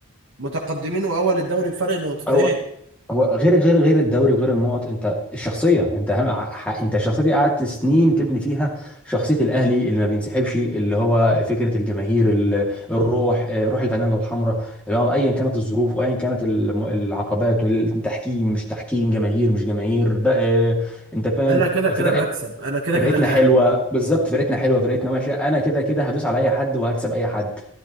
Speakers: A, on the right; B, in the centre.
A: متقدمين واول الدوري بفرق نقطتين
B: او هو غير غير غير الدوري وغير النقط انت الشخصيه انت اهم ح- انت الشخصيه دي قعدت سنين تبني فيها شخصيه الاهلي اللي ما بينسحبش اللي هو فكره الجماهير ال- الروح آه، روح الفانيلا الحمراء اللي هو ايا كانت الظروف وايا كانت الم- العقبات التحكيم مش تحكيم جماهير مش جماهير بقى آه، انت فاهم
A: انا كده كده
B: فرق-
A: بكسب انا كده
B: فرقتنا
A: كده الاهلي
B: حلوه بالظبط فرقتنا حلوه فرقتنا وحشه انا كده كده هدوس على اي حد وهكسب اي حد